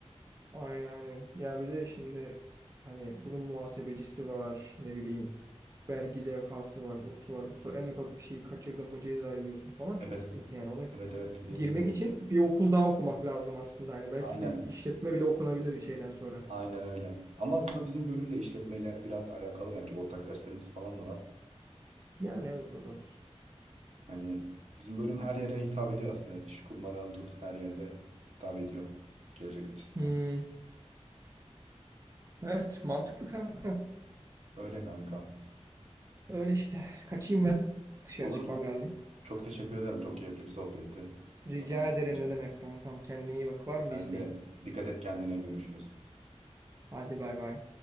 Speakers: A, on the right (about 30°); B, on the right (about 70°).
A: Aynen aynen. Ya bir de şimdi hani bunun muhasebecisi var. Ne bileyim. Vergi levhası var. O su var. Bu su. En ufak bir şeyi kaçırdın mı ceza yiyorsun falan.
B: Evet.
A: Çok sıkıntı yani. Ona
B: Evet evet dediğin
A: girmek
B: gibi o.
A: için bir okul daha okumak lazım aslında. Hani belki
B: Aynen.
A: bir işletme bile okunabilir şeyden sonra.
B: Aynen öyle. Ama aslında bizim bölüm de işletmeyle biraz alakalı bence. Ortak derslerimiz falan da var.
A: Yani evet o da var.
B: Hani bizim bölüm her yere hitap ediyor aslında. İş kurmadan tut her yerde hitap ediyor gelecek açısından.
A: Hmm. Evet, mantıklı kanka.
B: Öyle kanka.
A: Öyle işte. Kaçayım ben. Dışarı
B: Olur.
A: çıkmam lazım.
B: Çok teşekkür ederim. Çok keyifli bir sohbetti.
A: Rica
B: Zaman ayırdığın
A: ederim
B: için.
A: ne demek kankam. Kendine iyi bak. Var mı
B: Sen
A: bir isteğin?
B: de dikkat et kendine görüşürüz.
A: Hadi bay bay.